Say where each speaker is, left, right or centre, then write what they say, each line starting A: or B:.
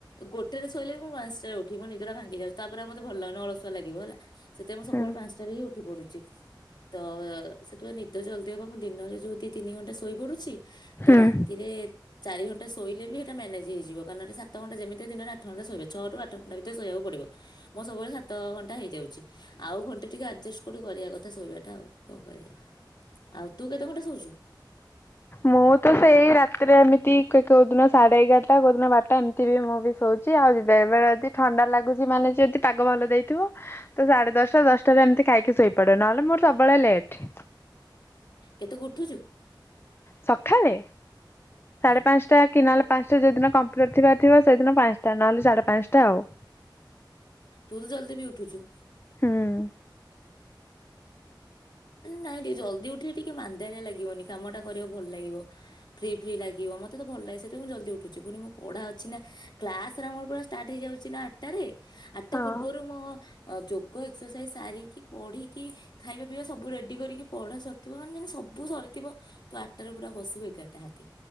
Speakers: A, on the left (about 60°); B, on the left (about 30°).
A: ଗୋଟେରେ ଶୋଇଲେ ବି ମୁଁ ପାଞ୍ଚଟାରେ ଉଠିବି ମୋ ନିଦ ଟା ଭାଙ୍ଗି ଯାଉଛି ତାପରେ ଆଉ ମତ ଭଲ ଲାଗୁନି ଅଳସୁଆ ଲାଗିବ ହେଲା। ସେତ ଆମ ସବୁଳେ
B: ହୁଁ
A: ପାଞ୍ଚଟାରେ ହିଁ ଉ ଉଠି ପଡୁଛି ତ ସେଥିପାଇଁ ନିଦ ଜଲଦି ହବ ମୁଁ ଦିନରେ ଯୋଉଦି ତିନି ଘଣ୍ଟା ଶୋଇପଡୁଛି ତ
B: ହୁଁ
A: ରା ଚାରି ଘଣ୍ଟା ଶୋଇଲେ ବି ସେଇଟା ମ୍ୟାନେଜ ହେଇଯିବ କାରଣ ସାତ ଘଣ୍ଟା ଯେମିତି ଦିନରେ ଆଠ ଘଣ୍ଟା ଶୋଇବା ଛଅ ରୁ ଆଠ ଘଣ୍ଟା ଭିତରେ ଶୋଇବାକୁ ପଡିବ ମୋ ସବୁବେଳେ ସାତ ଘଣ୍ଟା ହେଇଯାଉଛି ଆଉ ଘଣ୍ଟେ ଟିକେ ଆଡଜଷ୍ଟ କୋଉଠି କରିବା କଥା ଶୋଇବାଟା ଆଉ କଣ କରିବା ଆଉ ତୁ କେତେ ଘଣ୍ଟା ଶୋଇଛୁ?
B: ମୁଁ ତ ସେଇ ରାତି ରେ ଏମିତି କୋଉଦିନ ସାଢେ ଏଗାରଟା କୋଉଦିନ ବାରଟା। ଏମିତି ବି ମୁଁ ବି ଶୋଉ ଆଉ ଯିବା ଏବେ ଯଦି ଥଣ୍ଡା ଲାଗୁଛି ମାନେ ଯଦି ପାଗ ଭଲ ଦେଇଥିବ ତ ସାଢେ ଦଶଟା ଦଶଟାରେ ଏମିତି ଖାଇକି ଶୋଇପଡେ ନହେଲେ ମୋର ସବୁବେଳେ ଲେଟ୍।
A: କେତେକୁ ଉଠୁଛୁ?
B: ସଖାଳେ। ସାଢ଼େ
A: ହଁ
B: ପାଞ୍ଚଟା କିନହେଲେ ପାଞ୍ଚଟା ଯଉ ଦିନ କମ୍ପ୍ଲିଟ ଥିବ ଥିବା ସେଇଦିନ ପାଞ୍ଚଟା ନହେଲେ ସାଢେ ପାଞ୍ଚଟା ଆଉ
A: ତୁ ତ ଜଲଦି ବି ଉଠୁଛୁ।
B: ହୁଁ।
A: ନାଇ ଟିକେ ଜଲଦି ଉଠେ ଟିକି କି ମାନ୍ଦାଳିଆ ଲାଗିବନି କାମ ଟା କରିବାକୁ ଭଲ ଲାଗିବ ଫ୍ରି ଫ୍ରି ଲାଗିବ ମତେ ତ ଭଲ ଲାଗେ ସେଇଟ ମୁଁ ଜଲଦି ଉଠୁଛି ପୁଣି ମୁଁ ପଢା ଅଛି ନା କ୍ଲାସରେ ମୋର ପୁରା ଷ୍ଟାର୍ଟ ହେଇଯାଉଛି ନା ଆଠଟାରେ। ଆଟ୍ଟା
B: ହଁ।
A: ପୂର୍ବରୁ ମ ଯୋଗ ଏକ୍ସରସାଇଜ ସାରିକି ପଢ଼ିକି ଖାଇବା ପିଇବା ସବୁ ରେଡ଼ି କରିକି ପଢା ସରିଥିବ ମାନେ ଜେନ୍ତିସବୁ ସରିଥିବ ତୁ ଆଠଟାରୁ ପୁରା ବସିବୁ ଏଗାରଟା ଆତେ।